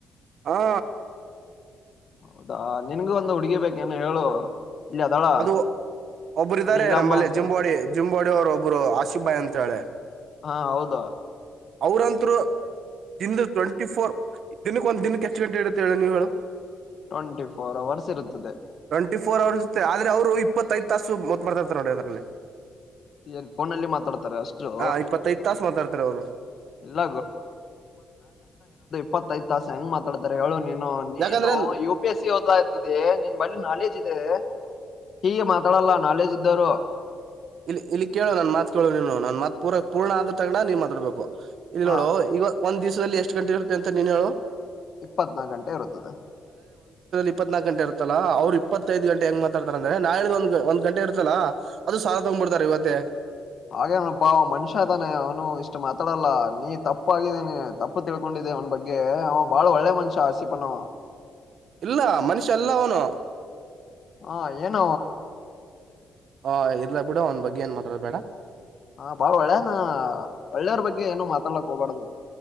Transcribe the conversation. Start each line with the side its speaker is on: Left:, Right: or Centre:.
Right: ಹಾ
Left: ಹೌದಾ ನಿನ್ಗೂ ಒಂದು ಹುಡುಗಿ ಬೇಕೇನು ಹೇಳು ಇಲ್ಲಿ ಅದಳ
Right: ಅದು ಒಬ್ಬರು ಇದಾರೆ
Left: ನೀಲಮ್ಮ
Right: ನಂಬಲ್ಲಿ
Left: ಅಂತ
Right: ಜಿಂಬಾಡಿ ಜಿಂಬೋಡಿ ಅವರ ಒಬ್ಬರು ಆಸಿಬ್ ಬಾಯ್ ಅಂತ ಹೇಳಿ
Left: ಹಾ ಹೌದ
Right: ಅವ್ರಂತರು ದಿಂದ ಟ್ವೆಂಟಿ ಫೋರ್ ದಿನಕ್ಕೆ ಒಂದ ದಿನಕ್ಕೆ ಎಷ್ಟು ಗಂಟೆ ಇಡತ್ತೆ ಹೇಳಿ ನೀವು ಹೇಳು
Left: ಟ್ವೆಂಟಿ ಫೋರ್ ಅವರ್ಸ್ ಇರುತ್ತದೆ
Right: ಟ್ವೆಂಟಿ ಫೋರ್ ಅವರ್ಸ್ ಇೆ ಆದ್ರೆ ಅವರು ಇಪ್ಪತ್ತೈಐದು ತಾಸುಓದ್ತ್ತರ್ತಾರೆ ನೋಡಿ ಅದ್ರಲ್ಲಿ
Left: ನ್ ಫೋನಲ್ಲಿ ಮಾತಾಡ್ತಾರೆ ಅಷ್ಟು
Right: ಹಾ ಇಪ್ಪತ್ತೈದ್ ತಾಸ ಮಾತಾಡ್ತಾರೆ ಅವರು
Left: ಇಲ್ಲ ಇಪ್ಪತ್ತೈದು ತಾಸ ಹೆಂಗ ಮಾತಾಡ್ಾರೆ ಹೇಳೋ ನೀನು ನೀನು
Right: ಯಾಕಂದ್ರೆ
Left: ಯು ಪಿ ಎಸ್ ಸಿ ಓದ್ತಿದ್ದಿ ನಿನ್ ಬಳಿ ನಾಲೆಜ್ ಇದೆ ಹೀಗೆ ಮಾತಾಡಲ್ಲ ನಾಲೇಜ್ ಇದ್ದರು
Right: ಇಲ್ಲಿ ಇಲ್ಲಿ ಕೇಳು ನನ್ ಮಾತ್ ಕೇಳು ನೀನು ನನ್ ಮಾತ್ ಪೂರ ಪೂರ್ಣ ಆದದ ತಗಣ ನೀ್ ಮಾತಾಡ್ಬೇಕು ಇಲ್ಲಿ
Left: ಹ
Right: ನೋಡು ಈಗ ಒಂದ್ ದಿವ್ಸ ಎಷ್ಟು ಗಂಟೆರುತ್ತ ಅಂತ ನೀನು ಹೇಳು
Left: ಇಪ್ಪತ್ನಾಾಕು ಗಂಟೆ ಇರುತ್ತದೆ
Right: ಇಪ್ಪತ್ನಾಕು ಗಂಟ ಇರುತ್ತಲ್ಲ ಅವ್ರು ಇಪ್ಪತ್ತೈಐದು ಗಂಟೆ ಹೆಂಗ ಮಾತಾತಾರೆ ಅಂದ್ರೆ ನಾಳೆ ಒಂದು ಗಂಟೆ ಇರುತ್ತಲ್ಲ ಅದು ಸ ಉಂಬ್ರತಾರೆ ಇವತ್ತ
Left: ಹಾಗೆ ಅವನಪ್ಪಾ ಅವ ಮನುಷ್ಯ ಅದಾನೆ ಅವನು ಇಷ್ಟ ಮಾತಾಡಲ್ಲ ನೀ ತಪ್ಪಾಗಿದೇಾನೆ ತಪ್ಪು ತಿಳ್ಕೊಂಡಿದ್ದ ಅವನ ಬಗ್ಗೆ ಅವ ಬಾಳ ಒಳ್ಳೆ ಮನುಷ್ಯ ಆಸಿಪನ
Right: ಇಲ್ಲ ಮನುಷ್ಯ ಎಲ್ಲ ಅವನು
Left: ಹಾ ಏನ
Right: ಹ ಇಲ ಬಿಡ ಅವ್ ಬಗ್ಗೆ ಏನ್ ಮಾತಾಡ ಬೇಡ
Left: ಹಾ ಬಾಳ ಒಳ್ಳೇನಾ ಒಳ್ಳೆಯವ್ರ ಬಗ್ಗೆ ಏನು ಮಾತಾಡ್ಲಕ್ ಹೋಗಬಾರ್ದು